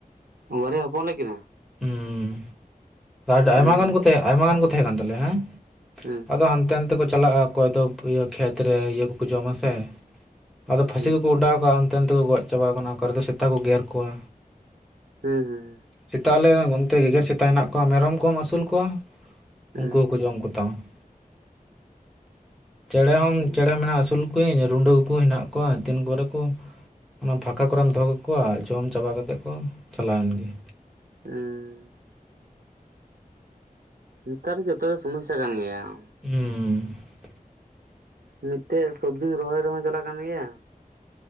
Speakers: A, on the right; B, in the centre.
A: ᱵᱟᱨᱭᱟᱭ ᱦᱚᱯᱚᱱ ᱞᱮᱫ ᱠᱤᱱᱟ?
B: ᱦᱩᱸ, ᱟᱰ-ᱟᱭᱢᱟ
A: ᱦᱮᱸ
B: ᱜᱟᱱ ᱠᱚ ᱛᱟᱦᱮᱸ ᱟᱭᱢᱟ ᱜᱟᱱ ᱠᱚ ᱛᱟᱦᱮᱸ ᱠᱟᱱ ᱛᱟᱞᱮᱭᱟ ᱦᱮᱸ ᱾
A: ᱦᱮᱸ ᱾
B: ᱟᱫᱚ ᱦᱟᱱᱛᱮ ᱱᱟᱱᱛᱮ ᱠᱚ ᱪᱟᱞᱟᱜᱼᱟ ᱚᱠᱚᱭ ᱫᱚ ᱤᱭᱟᱹ ᱠᱷᱮᱛᱨᱮ ᱤᱭᱟᱹ ᱠᱚᱠᱚ ᱡᱚᱢᱟ ᱥᱮ ᱾ ᱟᱫᱚ ᱯᱷᱟᱥᱤ
A: ᱦᱮᱸ
B: ᱠᱚᱠᱚ ᱚᱰᱟᱣ ᱠᱟᱜᱼᱟ ᱚᱱᱛᱮ ᱱᱚᱛᱮ ᱠᱚ ᱜᱚᱡ ᱪᱟᱵᱟᱣ ᱠᱟᱱᱟ, ᱚᱠᱟ ᱨᱮ ᱫᱚ ᱥᱮᱛᱟ ᱠᱚ ᱜᱮᱨ ᱠᱚᱣᱟ ᱾
A: ᱦᱩᱸ ᱦᱩᱸ ᱦᱩᱸ ᱾
B: ᱥᱮᱛᱟ ᱟᱞᱮ ᱚᱱᱛᱮ ᱜᱮᱜᱮᱨ ᱥᱮᱛᱟ ᱦᱮᱱᱟᱜ ᱠᱚᱣᱟ ᱢᱮᱨᱚᱢ ᱠᱚᱢ ᱟᱹᱥᱩᱞ ᱠᱚᱣᱟ
A: ᱦᱮᱸ
B: ᱳᱝᱠᱳ ᱦᱚᱸᱠᱚ ᱡᱚᱢ ᱠᱚᱛᱟᱢᱟ ᱾ ᱪᱮᱬᱮ ᱦᱚᱸᱢ
A: ᱦᱮᱸ
B: ᱪᱮᱬᱮ ᱢᱮᱱᱟ ᱟᱹᱥᱩᱞ ᱠᱚᱣᱤᱧ ᱨᱩᱰᱟᱹ ᱠᱚᱠᱚ ᱦᱮᱱᱟᱜ ᱠᱚᱣᱟ ᱛᱤᱱ ᱠᱚᱨᱮ ᱠᱚ ᱚᱱᱟ ᱯᱷᱟᱸᱠᱟ ᱠᱚᱨᱮᱢ ᱫᱚᱦᱚ ᱠᱟᱠᱚᱣᱟ ᱡᱚᱢ ᱪᱟᱵᱟ ᱠᱟᱛᱮᱫ ᱠᱚ ᱪᱟᱞᱟᱣᱮᱱ ᱜᱮ ᱾
A: ᱮᱸᱻ ᱱᱮᱛᱟᱨ ᱡᱚᱛᱚ ᱜᱮ ᱥᱚᱢᱚᱥᱥᱟ ᱠᱟᱱ ᱜᱮᱭᱟ ᱾
B: ᱦᱩᱸ ᱾
A: ᱢᱤᱫᱴᱮᱡ ᱥᱚᱵᱽᱡᱤ ᱨᱚᱦᱚᱭ ᱨᱮᱦᱚᱸ ᱡᱟᱞᱟᱜ ᱠᱟᱱ ᱜᱮᱭᱟ,